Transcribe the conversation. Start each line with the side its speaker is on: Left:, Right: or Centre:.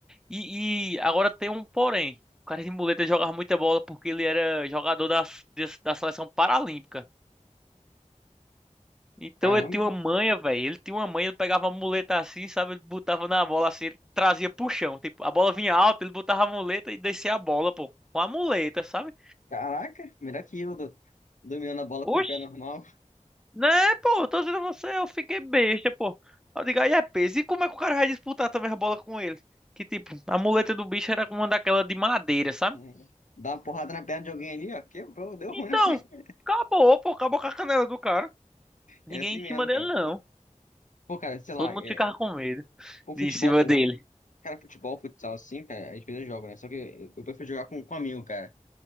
Centre: E, e agora tem um porém. O cara de muleta jogava muita bola porque ele era jogador da, da seleção paralímpica. Então
Left: caramba.
Centre: ele tinha uma manha, velho. Ele tinha uma manha, ele pegava a muleta assim, sabe? Ele botava na bola assim, ele trazia pro chão. Tipo, a bola vinha alta, ele botava a muleta e descia a bola, pô. Com a muleta, sabe?
Left: Caraca, melhor que eu, do- dominando a bola com
Centre: Oxi,
Left: o pé normal.
Centre: né, pô? Tô dizendo a você, eu fiquei besta, pô. Eu digo, aí é peso. E como é que o cara vai disputar também a bola com ele? Que tipo, a muleta do bicho era uma daquela de madeira, sabe?
Left: É. Dá uma porrada na perna de alguém ali, ó. Quebrou, deu
Centre: Então,
Left: ruim na <laughs> perna.
Centre: acabou, pô, acabou com a canela do cara. Ninguém
Left: É assim
Centre: em
Left: mesmo,
Centre: cima dele,
Left: cara.
Centre: não.
Left: Pô, cara, sei lá,
Centre: Todo mundo
Left: é...
Centre: ficava com medo
Left: Pô, futebol
Centre: de ir em cima
Left: também.
Centre: dele.
Left: Cara, futebol, futsal, assim, cara, às vezes eu jogo, né? Só que eu, eu prefiro jogar com, com amigo, cara.